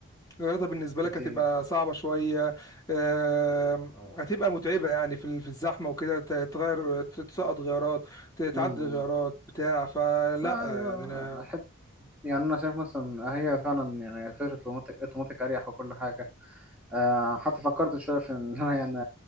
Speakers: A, on the left (about 15°); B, in the centre.
A: غياراتها بالنسبه
B: كتير
A: لك هتبقى صعبه شويه آه، هتبقى متعبه يعني في ال- في الزحمه وكده ت- تغير تسقط غيارات ت- تعدل
B: مم، مم.
A: غيارات بتاع فلا
B: لا عادي
A: يعني
B: بقى أحب يعني أنا شايف مثلا هي فعلا يعني فكرة الأوتوماتيك أوتوماتيك أريح وكل حاجة آه، حتى فكرت شويه في ان <laughs> انا يعني